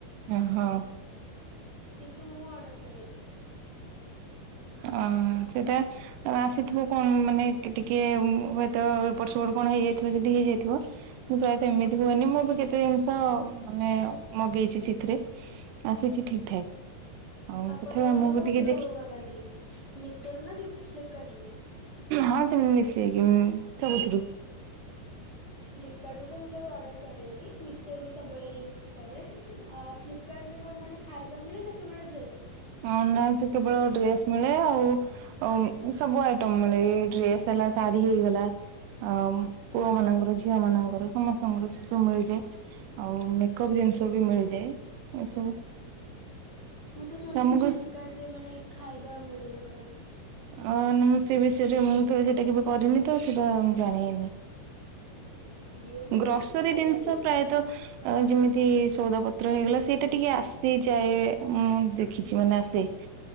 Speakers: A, on the right; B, on the left.
A: ଓ ହଁ।
B: କିନ୍ତୁ ମୁଁ ଅର୍ଡର କରେ।
A: ଅ ସେଟା ଆଉ ଆସିଥିବ କଣ ମାନେ ଟିକେ ହୁଏତ ଏପଟ ସେପଟ କଣ ହେଇଯାଇଥିବ ଯଦି ହେଇଯାଇଥିବ। ମୁ
B: ହଁ
A: ପ୍ରାୟତଃ ଏମିତି ହୁଏନି ମୁଁ ବି କେତେ ଜିନିଷ ମାନେ ମଗେଇଛି ସେଥିରେ ଆସିଛି ଠିକ ଠାକ୍। ଆଉ
B: ଆପଣ
A: ତଥାପି ଆମକୁ
B: ମାନେ କୋଉଥିରୁ
A: ଟିକେ ଦେଖି
B: ମଗାନ୍ତି ମିଶୋରୁୁ ନା ଫ୍ଲି ଫ୍ଲିପକାର୍ଟ ରୁ?
A: ହଁ ସେମିତି ମିସେଇକି ଉମ୍ ସବୁଥିରୁ।
B: ଫ୍ଲିପକାର୍ଟରୁ ତ ମୁଁ କେବେ ଅର୍ଡ଼ର କରେନି ମିଶୋରୁ ସବୁବେଳେ ୟୁଜ୍ କରେ, ଆ ଫ୍ଲିପକାର୍ଟରେ କଣ ମାନେ ଖାଇବା ମିଳେ ନା କେବଳ ଡ୍ରେସ୍?
A: ହଁ ନା ସେ କେବଳ ଡ୍ରେସ୍ ମିଳେ ଆଉ ସବୁ ଆଇଟମ ମିଳେ। ଡ୍ରେସ ହେଲା ଶାଢୀ ହେଇଗଲା ଆଉ
B: ହଁ
A: ପୁଅ ମାନଙ୍କର ଝିଅ ମାନଙ୍କର। ସମସ୍ତଙ୍କର ସେ ସବୁ ମିଳିଯାଏ ଆଉ ମେକଅପ୍
B: ଓହୋ
A: ଜିନିଷ ବି ମିଳିଯାଏ ଏସବୁ।
B: ମୁଁ ତ ଶୁଣୁଛି
A: ଆମକୁ
B: ଫ୍ଲିପକାର୍ଟ ରେ ମାନେ ଖାଇବା ମଳେନା କଣ?
A: ଅ ମୁଁ ସେ ବିଷୟରେ ମୁଁ ସେଇଟା କେବେ କରିନି ତ ସେଇଟା ଜାଣିଇନି।
B: ଜିଓ ମାର୍ଟରେ
A: ଗ୍ରସରୀ
B: ତ ଖାଇବା
A: ଜିନିଷ
B: ମିଳେ
A: ପ୍ରାୟତଃ
B: ହଁ
A: ଯେମିତି ସଉଦା ପତ୍ର ହେଇଗଲା ସେଇଟା ଟିକେ ଆସି ଯାଏ ମୁଁ ଦେଖିଛି ମାନେ ଆସେ।